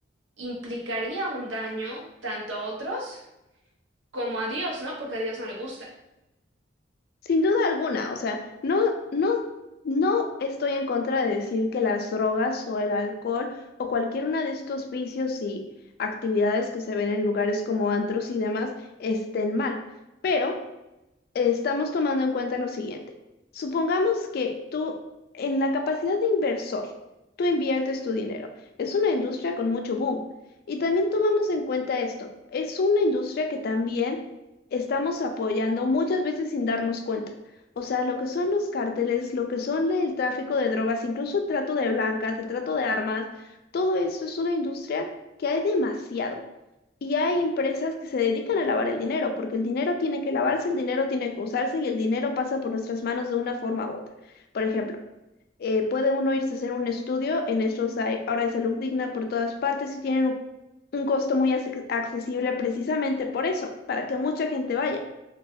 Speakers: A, on the right; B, on the left.
A: implicaría un daño tanto a otros como a Dios, ¿no? Porque a Dios no le gusta.
B: Sin duda alguna, o sea, no, no, no estoy en contra de decir que las drogas o el alcohol o cualquier una de estos vicios y actividades que se ven en lugares como antros y demás estén mal, pero estamos tomando en cuenta lo siguiente. Supongamos que tú, en la capacidad de inversor, tú inviertes tu dinero. Es una industria con mucho boom. Y también tomamos en cuenta esto. Es una industria que también estamos apoyando muchas veces sin darnos cuenta. O sea, lo que son los cárteles, lo que son la- el tráfico de drogas, incluso el trato de blancas, el trato de armas, todo esto es una industria que hay demasiado. Y hay empresas que se dedican a lavar el dinero, porque el dinero tiene que lavarse, el dinero tiene que usarse y el dinero pasa por nuestras manos de una forma u otra. Por ejemplo, eh, puede uno irse a hacer un estudio, en estos hay, ahora hay salud digna por todas partes y tienen un, un costo muy ace- accesible precisamente por eso, para que mucha gente vaya